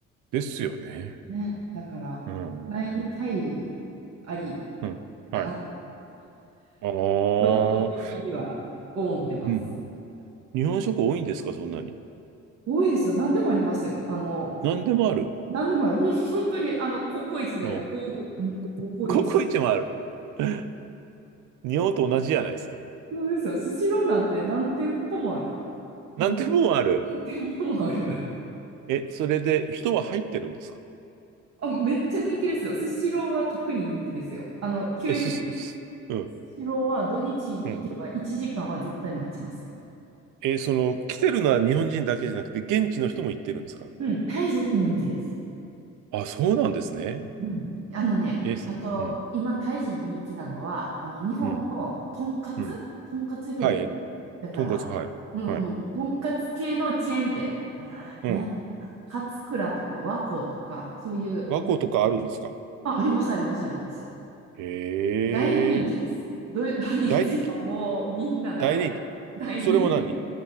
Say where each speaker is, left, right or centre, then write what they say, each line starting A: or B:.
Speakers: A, on the right (about 85°); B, on the right (about 55°).
A: ですよね。
B: ね、だから、
A: うん、うん、
B: 来にタイあり
A: うん。はい。
B: かな
A: ああ、
B: 衝動的には思ってます。
A: うん、うん。日本食多いんですか、そんなに。
B: 多いですよ。何でもありますよ。あの、
A: 何でもある。
B: 何でもある。ほん、本当に、あの、ココイチでも、
A: ああ、
B: ゴーゴー、ん、ココイチ。
A: ココイチもある。<laughs> 日本と同じじゃないですか。
B: そうですよ。スシローなんて何店舗もある。
A: 何でもある。
B: もう、何店舗もある。
A: え、それで人は入ってるんですか
B: あ、めっちゃ人気ですよ。スシローは特に人気ですよ。あの、休日、
A: え、す、す、うん、
B: スシローは土日に行けば1時間は絶対待ちますよ。
A: うん。え、その、来てるのは日本人だけじゃなくて、現地の人も行ってるんですか
B: うん、タイ人に人気です。
A: あ、そうなんですね。
B: うん。あのね、
A: え、すうん、
B: あと、今、タイ人に人気なのは、あの、日本のとんかつとんかつ料理。
A: うん、うん。はい、え
B: だから、
A: とんかつ、はい、
B: うんうん。
A: はい。
B: とんかつ系のチェーン店。な、
A: うん。
B: なんやったかな勝倉とか和光とか、そういう、
A: 和光とかあるんですか
B: あ、あります、あります、あります。
A: へえ、
B: 大人気です。土、<laughs> 土日はもうみんな並んで、
A: 大人気。大人気。
B: 大人気です。
A: それも何